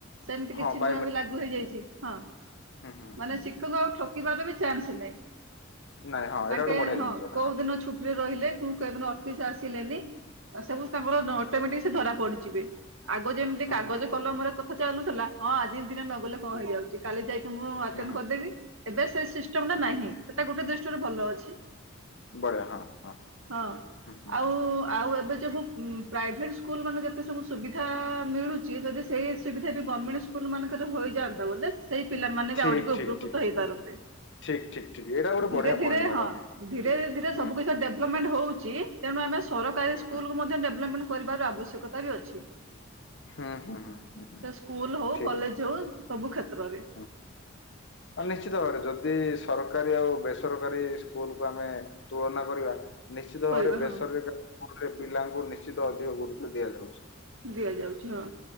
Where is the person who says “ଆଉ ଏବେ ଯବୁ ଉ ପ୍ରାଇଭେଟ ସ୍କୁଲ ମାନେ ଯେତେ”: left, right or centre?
Right